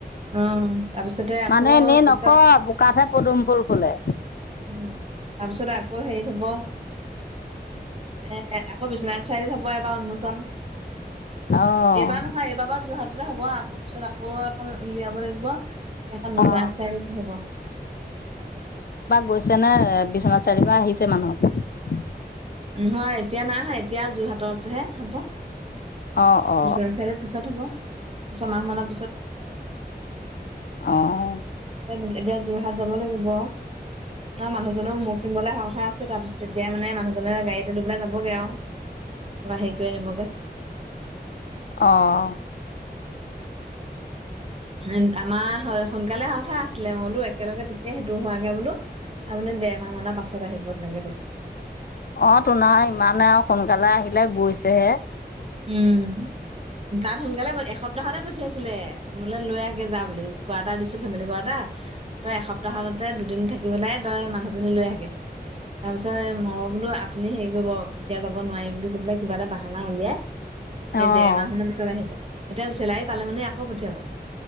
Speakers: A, on the right (about 35°); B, on the left (about 65°).
A: অ তাৰপিছতে আকৌ
B: মানুে এনেই
A: পিছত
B: নক বোকাতহে পদুম ফুল ফুলে
A: উম তাৰপিছত আকৌ হেৰিত হব এ আকৌ বিশ্বনাথ চাৰিআিত হব এবাৰ উন্মোচন
B: অঁ
A: এইবাৰ নহয় এইবাৰ বাৰ যোৰহাটতে হব আকৌ পিছত আকৌ এখন উলিয়াব লাগিব এখন বিশ্বনাথ
B: অঁ
A: চাৰিআলিত হ'ব।
B: গৈছে নে? বিশ্বনাথ চাৰিআলিৰ পা আহিছে মানুহ।
A: নহয় এতিয়া নাই এতিয়া যোৰহাটতহে হ'ব।
B: অঁ অঁ
A: <unintelligible> পিছত হ'ব ছমাহ মানৰ পিছত
B: অ'।
A: <unintelligible> এতিয়া যোৰহাট যাব লাগিব। নাই মানুহজনৰও মখ কিনিবলৈ অহা কথা আছে। তাৰপিছত তেতিয়া মানে মানুহজনে গাড়ীতে লৈ পেলাই যাবগে আৰু। এবাৰ হেৰি কৰি আনিবগে।
B: অ'।
A: হন আমাৰ সোন সোনকালে হ কথা আছিলে মই বোলো একেলগে তেতিয়া সেইটো হোৱগে বোলো আপুনি দেৰমাহ মানৰ পাছত আহিব, তেনেকে ক'লো।
B: অ', তো নহয় ইমানে আৰু সোনকালে আহিলে গৈছেহে।
A: উম। তাত সোনকালে প এসপ্তাহতে পঠিয়াইছিলে। মোলে লৈ আহ গে যা বুলি কোৱাৰ্টাৰ দিছো ফেমিলি কোৱাৰ্টাৰ। তই এসপ্তাহতে দুদিন থাকি থাকি পেলে তই মানুহজনী লৈ আহগে। তাৰপিছত এ ময়ো বোলো আ আপুনি হেৰি কৰিব এতিয়া যাব নোৱাৰি বুলি কৈ পেলাই কিবা এটা বাহানা উলিয়াই এই
B: অঁ
A: দেৰ মাহ মানৰ পিছত আহিব, এতিয়া চেলাৰী পালে মানে আকৌ পঠিয়াব।